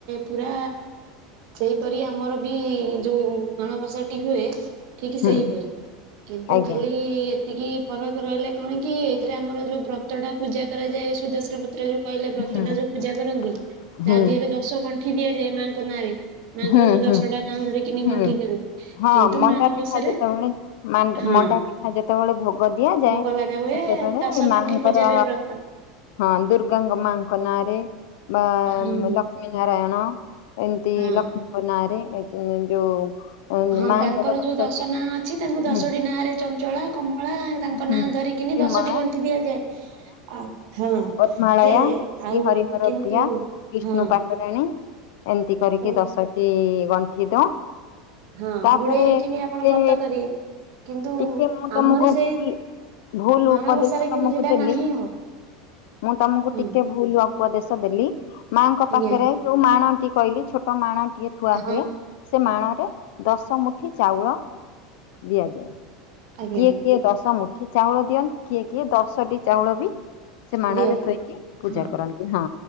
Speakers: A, on the right; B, on the left.
A: ପୁରା ସେଇ ପରି ଆମର ବି ଯୋଉ ମାଣବସାଟି ହୁଏ। ଠିକ
B: ହୁଁ
A: ସେହିପରି କିନ୍ତୁ
B: ଆଜ୍ଞା।
A: ଖାଲି ଏତିକି ଫରକ ରହିଲେ କଣ କି ଏଇଥିରେ ଆମର ଯୋଉ ବ୍ରତ ଟା ପୂଜା କରାଯାଏ ତ୍ର ପତ୍ର ଯୋଉ କହିଲେ ବ୍ରତଟା
B: ହୁଁ
A: ଯୋଉ ପୂଜା
B: ହୁଁ।
A: କରନ୍ତି
B: ହୁଁ
A: ତା ଦିହରେ ଦଶ ଗଣ୍ଠି ଦିଆଯାଏ ମାଆଙ୍କ ନାଁରେ ମାଙ୍କର
B: ହୁଁ
A: ଯୋଉ ଦଶଟା
B: ହୁଁ
A: ନାଁ ଧରିକିନି
B: ହୁଁ
A: ଗଣ୍ଠି ଦିଅନ୍ତି
B: ହଁ
A: କିନ୍ତୁ
B: ମଣ୍ଡା
A: ମାଣବସାରେ
B: ପିଠା ଯେତବେଳେ ମାଙ୍କ
A: ହଁ
B: ମଣ୍ଡା ପିଠା ଯେତବେଳେ ଭୋଗ ଦିଆଯାଏ
A: ଭୋଗ ଲଗା ହୁଏ
B: ସେତବେଳେ
A: ଦଶ
B: ମାଆଙ୍କର
A: ଗଣ୍ଠି ପୂଜା ହୁଏ ବ୍ରତ
B: ହଁ ଦୁର୍ଗାଙ୍କ ମାଙ୍କ ନାଁରେ ବା
A: ହଁ
B: ଲକ୍ଷ୍ମୀ ନାରାୟଣ ଏମତି
A: ହଁ
B: ଲକ୍ଷ୍ମୀଙ୍କ ନାଁ ରେ ଏ <unintelligible> ଯୋଉ
A: ହଁ
B: ମାଙ୍କର
A: ତାଙ୍କର
B: ଦଶଟି
A: ଯୋଉ ଦଶ ନାଁ ଅଛି ତାଙ୍କୁ ଦଶଟି
B: ହୁଁ
A: ନାଁରେ ଚଞ୍ଚଳା କମଳା ତାଙ୍କ
B: ହୁଁ
A: ନାଁ କରିକିନି
B: ବିମଳା
A: ଦଶଟି ଗଣ୍ଠି ଦିଆଯାଏ ଆ ହଁ
B: ପଦ୍ମାଳୟା
A: ଦିଆଯାଏ
B: ଶ୍ରୀ
A: ଆଉ
B: ହରିହର
A: କିନ୍ତୁ
B: ପ୍ରିୟା ବିଷ୍ଣୁ
A: ହଁ
B: ପାଟରାଣୀ ଏମତି କରି ରିକି
A: ସବୁ
B: ଦଶଟି ଗଣ୍ଠି ତ
A: ହଁ
B: ତାପରେ
A: ଗୁଡେଇକିନି
B: ଟିକେ
A: ଆପଣ ବ୍ରତ କରିବେ କିନ୍ତୁ
B: ଟିକେ ମୁଁ
A: ଆମରି
B: ତମକୁ
A: ସେଇ
B: ଭୁଲ୍ ଭୁଲ୍
A: ମାଣବସାରେ
B: ଉପଦେଶ
A: କିନ୍ତୁ
B: ତମକୁ
A: ସେଇଟା
B: ଦେଲି।
A: ନାହିଁ ଆଉ
B: ମୁଁ ତମକୁ
A: ହଁ
B: ଟିକେ ଭୁଲ ଅପଦେଶ ଦେଲି ମାଆଙ୍କ
A: ଆଜ୍ଞା
B: ପାଖରେ ଯୋଉ ମାଣ ଟି କଇଲି ଛୋଟ ମାଣ ଟିଏ ଥୁଆ
A: ହଁ
B: ହୁଏ। ସେ ମାଣରେ ଦଶ ମୁଠି ଚାଉଳ ଦିଆଯାଏ।
A: ଆଜ୍ଞା
B: କିଏ କିଏ ଦଶ ମୁଠି ଚାହୁଳ ଦିଅନ୍ତି କିଏ କିଏ ଦଶଟି ଚାଉଳ ବି ସେ ମାଣ
A: ଦିଅନ୍ତୁ
B: ରେ ଥୋଇକି ପୂଜା
A: ହଁ
B: କରନ୍ତି ହଁ।